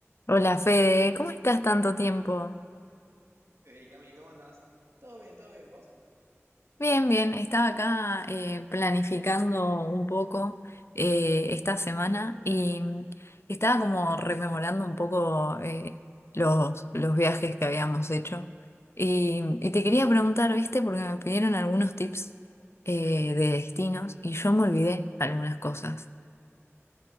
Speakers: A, on the left; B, on the right.
A: Hola Fede, ¿cómo estás tanto tiempo?
B: Hey Cami, ¿cómo andás? Todo bien, todo bien, ¿vos?
A: Bien, bien, estaba acá eh, planificando un poco eh, esta semana y mm, estaba como rememorando un poco eh, los, los viajes que habíamos hecho. Y, y te quería preguntar, ¿viste? Porque me pidieron algunos tips eh, de destinos y yo me olvidé algunas cosas.